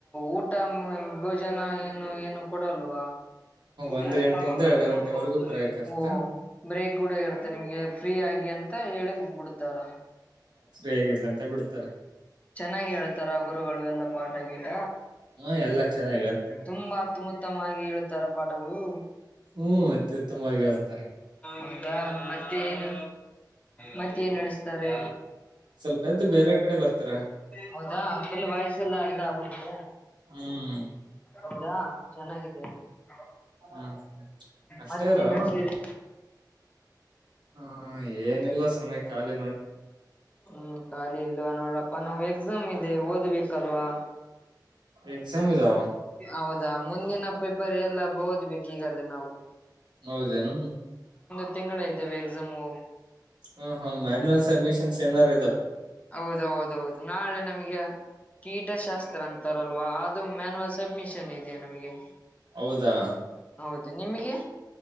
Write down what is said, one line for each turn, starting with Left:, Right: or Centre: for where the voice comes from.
Left: ಊಟ ಭೋಜನ ಏನು ಏನು ಕೊಡವಾ <unintelligible>
Right: ಒಂದ್ ಗಂಟೆಯಿಂದ ಎರಡು ಗಂಟೆವರೆಗೂ ಬ್ರೇಕ್ ಇರ್ತ
Left: ಬ್ರ ಕೂಡ ಇ ನಿಮಗೆ ಫ್ರೀ ಆ ಅ ಹೇಳಬು ಉತ್ತರ
Right: ಹೇಗಿಲ್ಲ ಅಂತ ಬಿಡ್ತಾರೆ
Left: ಚೆನ್ನಾಗಿ ಹೇಳ್ತಾರ ಗುರುಗಳು ಎಲ್ಲಾ ಪಾಠ ಗೀಟ
Right: ಹ ಎಲ್ಲಾ ಚೆನ್ನಾಗಿ ಹೇಳ್ತಾರೆ
Left: ತುಂಬಾ ಉತ್ತಮುತ್ತಮವಾಗಿ ಹೇಳುತ್ತಾರ ಪಾಠಗಳು
Right: ಹ್ಮ್ ಅತ್ಯ ಉುತ್ತಮವಾಗಿ ಹೇಳ್ತಾರೆ
Left: ಹೌದಾ ಮತ್ತೆ ನ್ ಮತ್ತ ನ್ ನಡೆಸ್ತಾರೆ
Right: ಸ್ವಲ್ಪ ಎದ್ದು ಬೇರೆ ಕಡೆ ಬರ್ತಾರ
Left: ಹೌದಾ ಫುಲ್ ವಯಸ್ಸ ಎಲ್ಲ ಇದಾಗಂತೆ
Right: ಹ್ಮ್
Left: ಹೌದಾ ಚೆನ್ನಾಗಿದಯ <unintelligible>
Right: ಹ್ಮ್ ಅಷ್ಟೇಾರು
Left: ಮತ್ತೇನ್ ನಡ್ಸೀರಿ
Right: ಹ ಏನೆಲ್ಲ ಸಮಯ ಕಲೆ
Left: ಹ್ಮ್ ಖಾಲಿ ಇಲ್ವಾ ನೋಡಪ್ಪ ನಾವು ಎಕ್ಸಾಮ್ ಇದೆ ಓದ್ಬೇಕಲ್ವಾ
Right: ಎಕ್ಸಾಮ್ ಇದಾವ
Left: ಅವತ್ತು ಅದಾ ಮುಂದಿನ ಪ್ರಿಪೇರ್ ಎಲ್ಲ ಓದ್ಬೇಕು ಈಗಲೇ ನಾವು
Right: ಹೌದೇನು
Left: ಇದೆ ತಿಂಗಳ ಇದುವೆ ಎಕ್ಸಾಮು
Right: ಹ ಹಾ ಮ್ಯಾನಯಲ್ ಸಡ್ಮಿಷನ್ಸ್ ಏನಾರ
Left: ಹೌದೌದೌದು ನಾಳೆ ನಮಗೆ ಕೀಟಶಾಸ್ತ್ರ ಅಂತಾರಲ್ವಾ ಅದು ಮ್ಯಾಾನುವಲ್ ಸಬ್ಮಿಷನ್ ಇದೆಯಾ ನಮಗೆ
Right: ಹೌದಾ
Left: ಹೌದು ನಿಮಗೆ